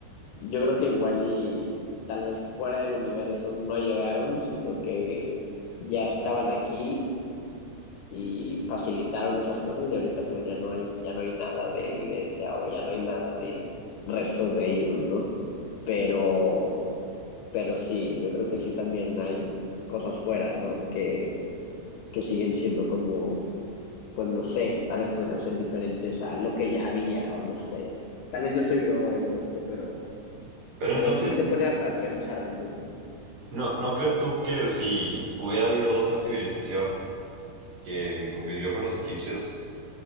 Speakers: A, on the left; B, on the right.
A: yo creo que igual y tal vez fuera del universo no llegaron, sino que ya estaban aquí y facilitaron esas cosas y ahorita pues ya no hay, ya no hay nada de evidencia o ya no hay nada de restos de ellos, ¿no? Pero, pero sí, yo creo que sí también hay cosas fuera, ¿no? Que, que siguen siendo como, pues no sé, tal vez podrían ser diferentes a lo que ya había o no sé. Tal vez yo soy yo el loco, pero,
B: Pero
A: pero
B: entonces,
A: sí te pone a, a pensar, ¿no?
B: ¿no, no crees tú que si hubiera habido otra civilización, que convivió con los egipcios,